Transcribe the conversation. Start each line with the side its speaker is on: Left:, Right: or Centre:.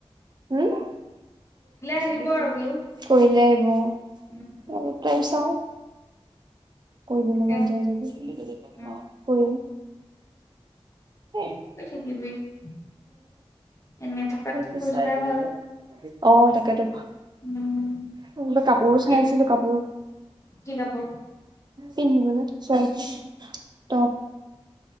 Right: হোম।
Left: আহিব
Right: কৰিলে আহিব।
Left: আৰু বোলো
Right: কৰি,
Left: উম
Right: চাওঁ। কৰিবলৈ
Left: তাকে
Right: মন যায় যদি,
Left: উম
Right: কৰিম। সেই
Left: কৰি থাকিবি। এনেই থকাতকে
Right: উম
Left: কৰি থকাই ভাল।
Right: অ' তাকেতো।
Left: উম
Right: বোলো কাপোৰো চাই
Left: এই
Right: আছিলো কাপোৰ।
Left: কি কাপোৰ
Right: পিন্ধিবলৈ চাৰ্ট টপ।